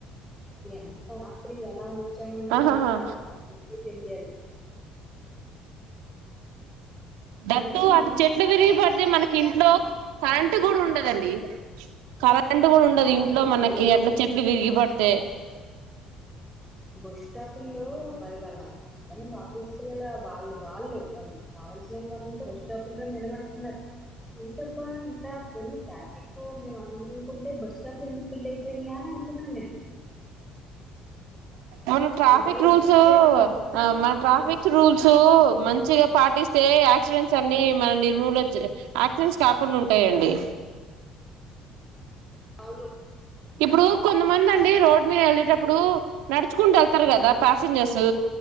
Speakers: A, in the centre; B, on the right.
A: అంత రాత్రి ఎలా ఉం మచ్చం ఉంటే
B: ఆహాహా
A: ఇంకా మీకే తెలియాలి.
B: దట్,
A: మళ్ళీ
B: అటు
A: మొన్న
B: చెట్లు విరిగి పడితె మనకి
A: కూడా
B: ఇంట్లో కరెంట్ కూడా ఉండదండి. కరెంట్ కూడా ఉండదు
A: ఆ
B: ఇంట్లో
A: కరెంట్
B: మనకి.
A: కూడా లేదు
B: అట్లా చెట్లు విరిగి పడి తే
A: బస్ స్టాపుల్లో మరి వాళ్ళందరు ఆఫీస్ కి వెళ్ళలా? వాళ్ళు వాళ్ళు కావలసినోల్లందరూ వాళ్ళ బస్టాపుల్లో నిలబడుతున్నారు ఏంటో ఇంత పోన్ని ట్రాఫిక్ మేము అ అనుకుంటే బస్ స్టాప్ లో ఎందుకు? ఫుల్ అయిపోయినయా అని అనుకున్నాం మేము
B: మన ట్రాఫిక్
A: వాళ్ళు
B: రూల్స్
A: వచ్చే వాళ్ళు ఉంటారు కదా
B: ఆ మన
A: వాళ్ళు
B: ట్రాఫిక్ రూల్స్ మంచిగా పాటిస్తే యాక్సిడెంట్స్ అన్ని మన నిర్మూకించ యాక్సిడెంట్స్ కాకుండా ఉంటాయండి.
A: అవును
B: ఇప్పుడు కొంతమంది అండి రోడ్ మీద వెళ్ళేటప్పుడు ఇప్పుడు నడుచుకుంటూ వెళ్తారు కదా! ప్యాసిెంజర్స్